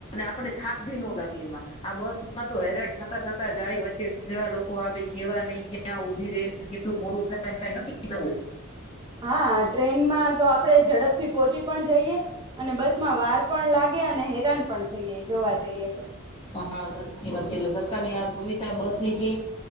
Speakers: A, on the left; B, on the right.
A: આપણને થાક ભી ન લાગે એમાં, આ બસ માં તો હેરાઈટ થતા થતા જાય વચ્ચે કેવા લોકો આવે કેવા નહી ક્યાં ઉભી ર કેટલું મોડું થાયને કઈ નક્કી નો હોય.
B: હા ટ્રેનમાં તો આપણે ઝડપથી પોહોંચી પણ જઈએ, અને બસ માં વાર પણ લાગે અને હેરાન પણ થઈએ જોવા જઈએ તો.
A: હા સાચી વાત છે એટલે સરકારની આ સુવિધા બસ ની છે,